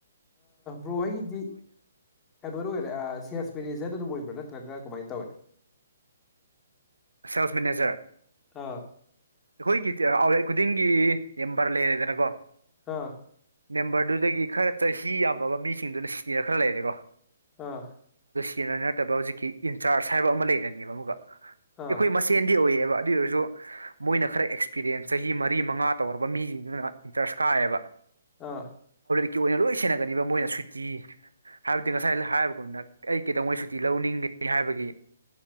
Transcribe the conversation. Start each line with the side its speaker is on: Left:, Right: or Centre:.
Left: ꯕ꯭ꯔꯣꯍꯩꯒꯤꯗꯤ ꯀꯩꯅꯣꯗ ꯑꯣꯏꯔꯦ ꯁꯦꯜꯁ ꯃꯦꯅꯦꯖꯔꯅ ꯑꯗꯨꯝ ꯑꯣꯏꯕ ꯅ ꯇ ꯀꯃꯥꯏ ꯇ ꯑꯣꯏꯅꯦ
Right: ꯁꯦꯜꯁ ꯃꯦꯅꯦꯖꯔ
Left: ꯑꯥ
Right: ꯑꯩꯈꯣꯏꯒꯤ ꯑꯥꯎꯂꯦ ꯈꯨꯗꯤꯡꯒꯤ ꯅꯦꯝꯕꯔ ꯂꯩꯔꯦꯗꯅꯀꯣ
Left: ꯑꯥ
Right: ꯅꯦꯝꯕꯔꯗꯨꯗꯒꯤ ꯈꯔ ꯆꯍꯤ ꯌꯥꯝꯃꯕ ꯃꯤꯁꯤꯡꯗꯨꯅ ꯁꯤꯅ ꯈꯔ ꯂꯩꯔꯦꯀꯣ
Left: ꯑꯥ
Right: ꯀꯦꯅ ꯅꯠꯇꯕ ꯍꯧꯖꯤꯛꯀꯤ ꯏꯟꯆꯥꯔꯖ ꯍꯥꯏꯕ ꯑꯃ ꯂꯩꯒꯅꯦꯕ ꯑꯃꯛꯒ
Left: ꯑꯥ
Right: ꯑꯩꯈꯣꯏ ꯃꯁꯦꯟꯗꯤ ꯑꯣꯏꯌꯦꯕ ꯑꯗꯨ ꯑꯣꯏꯔꯁꯨ ꯃꯣꯏꯅ ꯈꯔ ꯑꯦꯛꯁꯄꯤꯔꯤꯌꯦꯟꯁ ꯆꯍꯤ ꯃꯔꯤ ꯃꯉꯥ ꯇꯧꯔꯕ ꯃꯤꯁꯤꯡꯗꯨꯅ ꯏꯟꯇꯔꯦꯁ ꯀꯥꯏꯌꯦꯕ
Left: ꯑꯥ
Right: ꯀꯤ ꯑꯣꯏꯅ ꯂꯣꯏ ꯁꯦꯟꯅꯒꯅꯦꯕ ꯃꯣꯏꯅ ꯁꯨꯇꯤ ꯍꯥꯏꯕꯗꯤ ꯉꯁꯥꯏ ꯍꯥꯏꯀꯅꯤꯅ ꯑꯩ ꯀꯩꯗꯧꯉꯩ ꯁꯨꯇꯤ ꯂꯧꯅꯤꯡꯒꯅꯤ ꯍꯥꯏꯕꯒꯤ